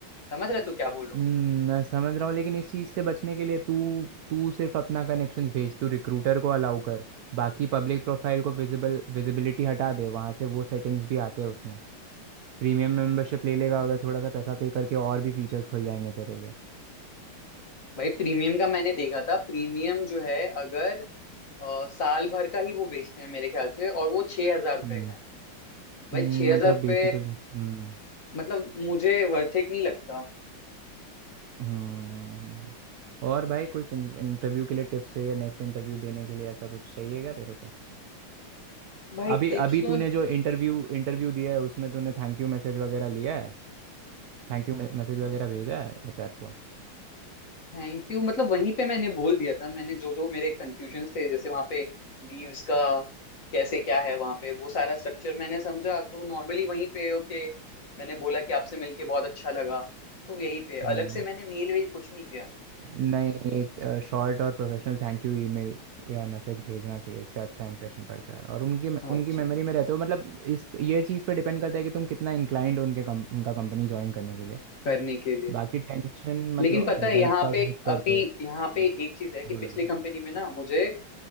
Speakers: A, on the left; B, on the right.
A: समझ रहे तू क्या बोल रहा
B: हम्म,
A: हूँ मैं
B: मैं समझ रहा हूँ लेकिन इस चीज़ से बचने के लिए तू तू सिर्फ अपना कनेक्शंस भेज तू रिक्रूटर को अलाउ कर बाकी पब्लिक प्रोफाइल को विजिबल विजिबिलिटी हटा दे वहाँ से वो सेटिंग्स भी आते हैं उसमें प्रीमियम मेंबरशिप ले लेगा अगर थोड़ा सा पैसा पे करके और भी फीचर्स खुल जाएंगे तेरे लिए
A: भाई प्रीमियम का मैंने देखा था प्रीमियम जो है अगर अ, साल भर का ही वो बेचते हैं मेरे ख्याल से और वो छह हजार रुपए
B: हम्म
A: का है भाई
B: हम्म,
A: छह हजार
B: मतलब
A: रुपये
B: बेसिकली हम्म
A: मतलब मुझे वर्थ इट नहीं लगता
B: हम्म हम्म, हम्म। हम्म, हम्म। और भाई कुछ इंटरव्यू के लिए टिप्स है या नेक्स्ट इंटरव्यू देने के लिए ऐसा कुछ चाहिए क्या तेरे को
A: भाई
B: अभी
A: टिप्स
B: अभी
A: तो
B: तूने जो इंटरव्यू इंटरव्यू दिया है उसमें तूने थैंक यू मैसेज वगैरह लिया है थैंक यू मैसेज वगैरह भेजा है एचआर को
A: थैंक यू मतलब वहीं पे मैंने बोल दिया था मैंने जो जो मेरे कंफ्यूजन थे जैसे वहां पे लीव्स का कैसे क्या है वहां पे वो सारा स्ट्रक्चर मैंने समझा तो नॉर्मली वहीं पे ओके मैंने बोला कि आपसे मिलके बहुत अच्छा लगा तो यहीं पे
B: हम्म
A: अलग से मैंने मेल वेल कुछ नहीं किया
B: नहीं एक शॉर्ट और प्रोफेशनल थैंक यू ईमेल या मैसेज भेजना चाहिए इससे अच्छा इंप्रेशन पड़ता है और उनकी
A: अच्छा
B: उनकी मेमोरी में रहते हो मतलब इस ये चीज़ पे डिपेंड करता है कि तुम कितना इंक्लाइंड हो उनके कम, उनका कंपनी ज्वाइन करने के लिए
A: करने के लिए
B: बाकी टेंशन मतलब
A: लेकिन पता
B: रिजल्ट
A: है यहाँ
B: का
A: पे
B: वेट करते
A: अभी
B: हैं
A: यहाँ पे एक चीज है कि
B: बोलो
A: पिछली
B: बोलो
A: कंपनी में ना मुझे